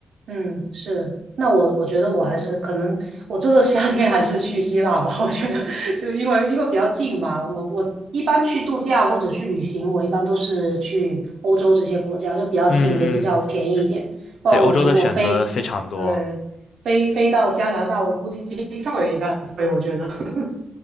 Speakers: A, on the right (about 65°); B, on the left (about 70°).
A: 嗯，是。那我我觉得我还是可能，我这个夏天还是去希腊吧。<laughs> 我觉得就因为因为比较近嘛，我我一般去度假或者去旅行，我一般都是去欧洲这些国家，就比较近，
B: 嗯嗯，
A: 也比较便宜一点。不然我如果飞，
B: 对，欧洲的选择非常多。
A: 对，飞飞到加拿大，我估计机票也一般贵，我觉得。<laughs>